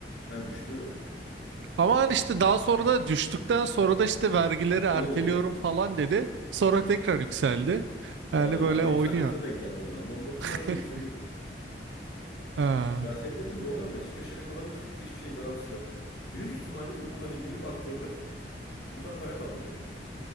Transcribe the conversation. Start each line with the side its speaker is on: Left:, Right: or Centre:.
Left: Ha düştü.
Right: Ama hani işte daha sonra da düştükten sonra da işte vergileri erteliyorum
Left: Alım oluyor.
Right: falan dedi. Sonra tekrar yükseldi.
Left: Ha,
Right: Yani böyle
Left: ben yükselmesine
Right: oynuyor.
Left: denk geldim o zaman. Ben baktım
Right: <laughs>
Left: her şey yükseliyordu.
Right: Ha,
Left: Ya senin dediğin doğru ama hiçbir şeyde kalamıyorsun çünkü hiçbir şeyin garantisi yok. Büyük ihtimalle de bu hani büyük aktörler buradan para kaldırıyor.